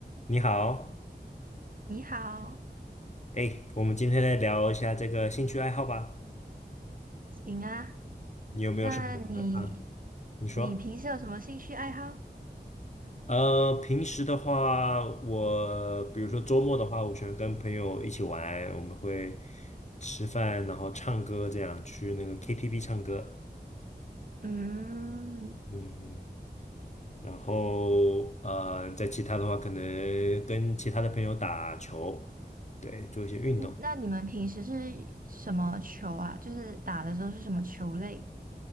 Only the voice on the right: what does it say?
你好，
行啊。
那你
你平时有什么兴趣爱好？
嗯，
嗯那你们平时是什么球啊？就是打的时候是什么球类？